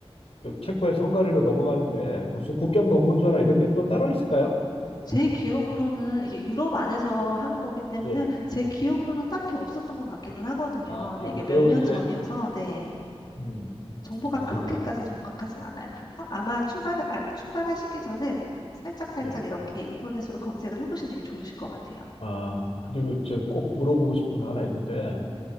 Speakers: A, on the left; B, on the left.
A: 그 체코에서 헝가리로 넘어가는데 무슨 국경 검문소나 이런 게 또 따로 있을까요?
B: 제 기억으로는 이게 유럽 안에서 하는 거기 때문에
A: 예.
B: 제 기억으로는 딱히 없었던 것 같기는 하거든요.
A: 아,
B: 근데
A: 아,
B: 이게
A: 그러면
B: 몇 년
A: 이제,
B: 전이어서 네.
A: 음,
B: 정보가
A: 아,
B: 그렇게까지 정확하진 않아요. 하- 아마 출발, 아, 출발하시기 전에 살짝살짝
A: 예.
B: 이렇게 인터넷으로 검색을 해보시는 게 좋으실 것 같아요.
A: 아, 그리고 저 꼭 물어보고 싶은 거 하나 있는데,